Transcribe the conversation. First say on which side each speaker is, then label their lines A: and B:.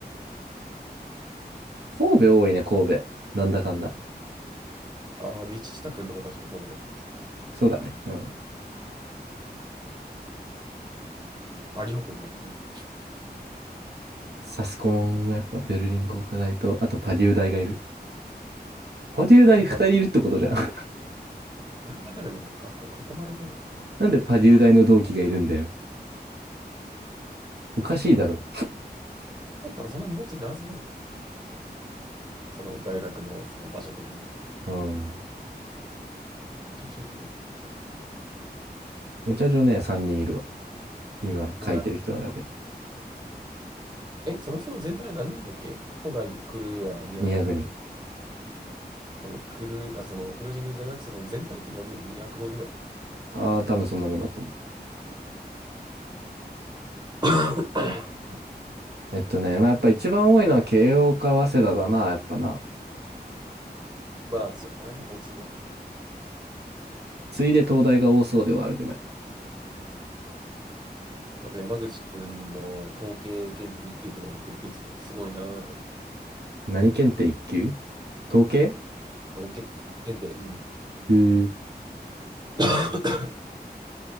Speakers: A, on the right; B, on the right.
A: 神戸多いね、神戸。なんだかんだ。
B: ああ、道下君とか確か神戸だった気がする。
A: そうだね。うん。
B: あ、リホコいるわ。うん。
A: サスコンもやっぱベルリン工科大と、あとパデュー大がいる。パデュー大二人いるってことじゃん。
B: やっぱ、
A: <laughs>
B: あれじゃてるのにかっこ囲まれてるの。うん。
A: なんでパデュー大の同期がいるんだよ。おかしいだろ。
B: 多分そんなに本人ないはずだぞ。その大学のその場所的に。
A: <laughs> うん。
B: 珍しいな。
A: お茶所ね、三人いるわ。今書いてる人のだけで。
B: おやえ、そもそも全体で何人だっけ今回クルーは200だけど、
A: 200人。
B: そのクルー、あ、そのクルージングじゃなくて、その全体って何人 ?250 ぐらい。
A: ああ、多分そんなもんだと思
B: <laughs>
A: う。えっとね、まあ、やっぱ一番多いのは慶応か早稲田だな、やっぱな。
B: まあ、それはね、没後。
A: ついで東大が多そうではあるでも
B: やっぱ山口くんの統計検定1級ってのはやっぱびっくりするな。すごいなーとか。
A: 何検定1級統計
B: おけ検定、うん。
A: うー、
B: <laughs>